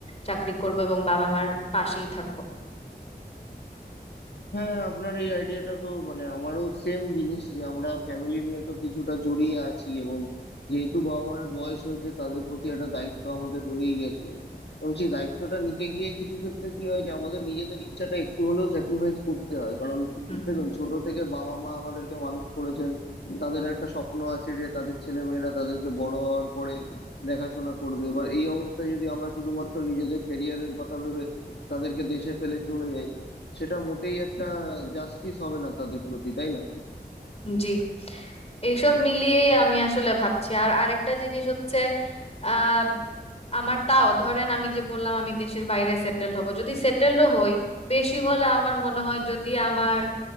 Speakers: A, on the left; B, on the left.
A: চাকরি করব এবং বাবা মার পাশেই থাকবো
B: হ্যাঁ হ্যাঁ, আপনার এই আইডিয়াটা তো মানে আমারও সেম জিনিস যে আমরা ফ্যামিলি নিয়ে তো কিছুটা জড়িয়ে আছি এবং যেহেতু বাবা মায়ের বয়স হয়েছে তাদের প্রতি একটা দায়িত্ব আমাদের রয়েই গেছে এবং সেই দায়িত্বটা নিতে গিয়ে কিছু ক্ষেত্রে কি হয় যে আমাদের নিজেদের ইচ্ছাটা একটু হলেও স্যাক্রিফাইস করতে হয় কারণ
A: হুম।
B: দেখুন ছোট থেকে বাবা মা আমাদেরকে মানুষ করেছেন তাদের একটা স্বপ্ন আছে যে তাদের ছেলেমেয়েরা তাদেরকে বড় হওয়ার পরে দেখাশোনা করবে এবার এই অবস্থায় যদি আমরা শুধুমাত্র নিজেদের ক্যারিয়ারের কথা ভেবে তাদেরকে দেশে ফেলে চলে যাই সেটা মোটেই একটা জাস্টিস হবে না তাদের প্রতি তাই না
A: জি এইসব মিলিয়ে আমি আসলে ভাবছি আর আরেকটা জিনিস হচ্ছে আহ আমার তাও ধরেন আমি যে বললাম আমি দেশের বাইরে সেটেলড হব যদি সেটেলডও হই বেশি হলে আমার মনে হয় যদি আমার